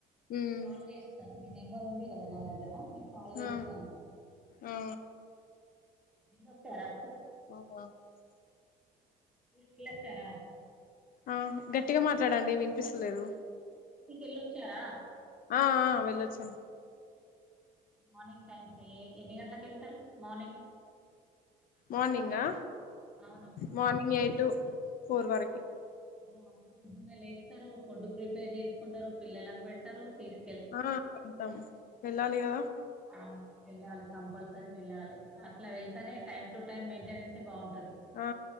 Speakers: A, on the left; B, in the centre.
A: ఉమ్
B: కాల్ జేస్తా నీ నెంబర్ ఉంది గదా నా దగ్గర మీక్ కాల్ జేస్తాను
A: ఆ ఆ
B: వెళ్ళొచ్చారా
A: <unintelligible>
B: స్కూల్ కి ఎళ్ళొచ్చారా
A: ఆహ గట్టిగా మాట్లాడండి వినిపిస్తలేదు
B: స్కూల్ కి ఎళ్ళొచ్చారా
A: ఆ ఆ వెళ్ళొచ్చాన్
B: మార్నింగ్ టైమ్స్ ఏ ఎన్ని గంటలకి ఎళ్తారు మార్నింగ్
A: మార్నింగా
B: అవును
A: మార్నింగ్ ఎయిట్ టు ఫోర్ వరకె
B: అమ్మ అంత పొద్దున్నే లెస్తారు ఫుడ్ ప్రిపేర్ జేసుకుంటారు పిల్లలకి పెడతారు తీస్
A: ఆ వెళ్తాం వెళ్ళాలి కదా
B: ఆ వెళ్ళాలి కంపల్సరీ వెళ్ళాలి అట్ల వెళ్తానే టైం టు టైం మెయింటెనెన్సే బావుంటది
A: ఆ